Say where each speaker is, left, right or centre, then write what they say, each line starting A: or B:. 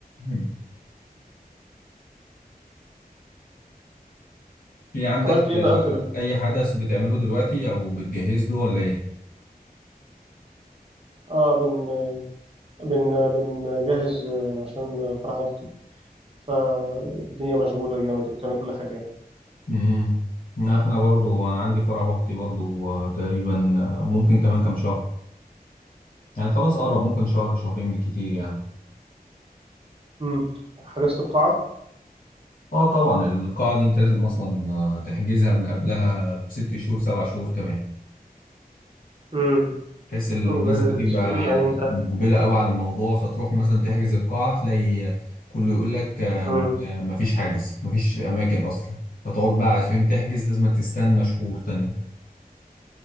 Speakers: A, on the left (about 65°); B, on the right (about 35°).
A: مم. في عندك
B: عملت ايه
A: آه،
B: بقى في ال...
A: أي حدث بتعمله دلوقتي أو بتجهز له ولا إيه؟
B: اه بن بن بنجهز آه، عشان فرح اختي فالدنيا مشغوله جامد وبتعمل كل حاجه يعني
A: امم لا، احنا برضو انا عندي فرح اختي برضو آه، تقريبا آه، ممكن كمان كام شهر يعني خلاص قرب ممكن شهر شهرين بالكتير يعني
B: امم حجزت القاعه
A: اه طبعا القاعة دي أنت لازم أصلا آه، تحجزها من قبلها بست شهور سبع شهور كمان
B: امم
A: بحيث الناس
B: وب-
A: بتبقى
B: يعني انت
A: مقبلة قوي على الموضوع فتروح مثلا تحجز القاعة تلاقي كله يقول لك آه،
B: امم
A: م- آه، مفيش حجز مفيش أماكن أصلا فتقعد بقى عشان تحجز لازم تستنى شهور تانية